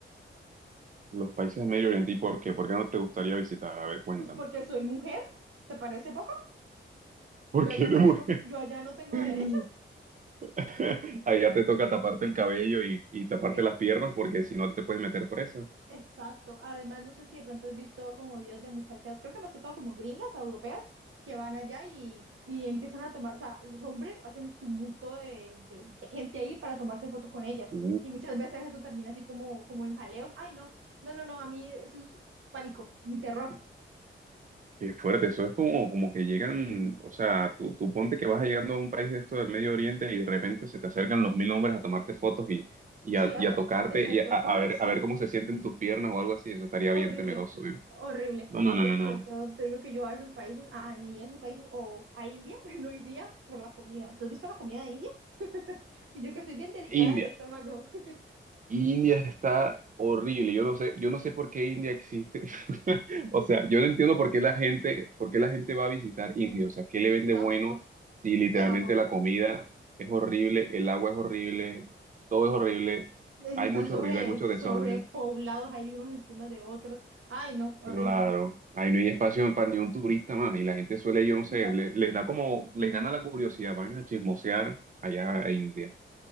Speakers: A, on the right; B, on the right.
A: Los países de Medio Oriente, ¿y por qué? ¿Por qué no te gustaría visitar? A ver, cuéntame.
B: Pues porque soy mujer, ¿te parece poco?
A: <laughs> ¿Por
B: Yo
A: qué
B: allá
A: de
B: no
A: mujer?
B: tengo, yo allá no tengo
A: <laughs>
B: derechos.
A: <laughs> Allá te toca taparte el cabello y, y taparte
B: Eh,
A: las piernas
B: sí,
A: porque si no te puedes meter presa.
B: exacto. Además, no sé si de pronto has visto como videos de muchachas, creo que más que todo como gringas, europeas, que van allá y, y empiezan a tomar, o sea, los hombres hacen tumulto de, de- de gente ahí para tomarse foto con ellas.
A: Uh,
B: Y muchas veces eso termina así como, como en jaleos. Ay, no, no, no, no, a mí eso es pánico, mi terror.
A: qué fuerte. Eso es como, como que llegan, o sea, tú, tú ponte que vas llegando a un país de esto del Medio Oriente y de repente se te acercan los mil hombres a tomarte fotos y, y,
B: Sí,
A: a,
B: a
A: y
B: todo,
A: a tocarte
B: exacto.
A: y a, a
B: Ay,
A: ver,
B: sí.
A: a ver cómo se sienten tus piernas o algo así. Eso estaría
B: Horrible,
A: bien temeroso, ¿eh?
B: horrible.
A: No, no,
B: Entonces,
A: no, no, no.
B: por eso te digo que yo a esos países, a ni esos países o a India, <laughs> no iría por la comida. ¿Tú has visto la comida de India? <laughs> Y yo que soy bien delicada
A: India,
B: del estómago. <laughs>
A: India está horrible. Yo no sé, yo no sé por qué India existe. <laughs> O sea, yo no entiendo por qué la gente, por qué la gente va a visitar India. O sea, ¿qué le vende
B: Yo tampoco,
A: bueno si literalmente
B: yo tampoco.
A: la comida es horrible, el agua es horrible, todo es horrible,
B: Eh,
A: hay
B: Y están
A: mucho
B: sobre,
A: ruido, hay mucho
B: sobrepoblados
A: desorden?
B: ahí unos encima de otros. Ay, no, horrible.
A: Claro, ahí no hay espacio para ni un turista más. Y la gente suele, yo no sé,
B: Y la,
A: le- les da como, les gana la curiosidad, van a chismosear allá a India,